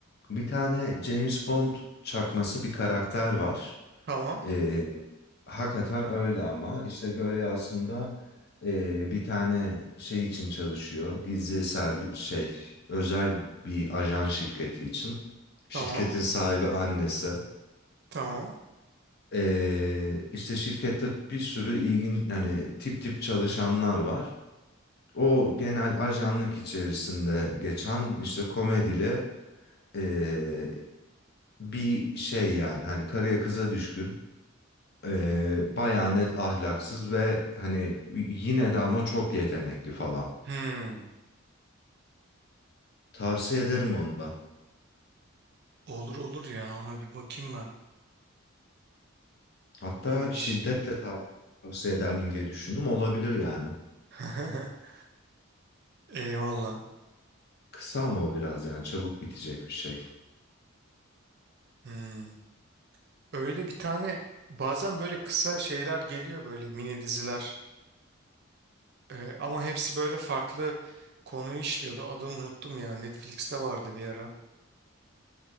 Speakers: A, on the left; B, on the right.
A: Bir tane James Bond çakması bir karakter var.
B: Tamam
A: E, hakikaten öyle ama işte Gölge aslında e, bir tane şey için çalışıyor. Gizli servis şey özel bir ajan şirketi için. Şirketin
B: tamam
A: sahibi annesi.
B: tamam.
A: E, işte şirkette bir sürü ilgin hani tip tip çalışanlar var. O genel ajanlık içerisinde geçen işte komedili e, bir şey yani hani karıya kıza düşkün. Ee, bayağı net ahlaksız ve hani yine de ama çok yetenekli falan.
B: Hmm.
A: Tavsiye ederim onu da.
B: Olur olur ya ona bir bakayım ben.
A: Hatta
B: İyiymiş.
A: şiddetle tav- tavsiye eder miyim diye düşündüm. Olabilir yani.
B: <laughs> Eyvallah.
A: Kısa mı o biraz yani çabuk bitecek bir şey.
B: Hmm. Öyle bir tane bazen böyle kısa şeyler geliyor böyle mini diziler Ee, ama hepsi böyle farklı konuyu işliyordu. Adını unuttum ya Netflix'te vardı bir ara.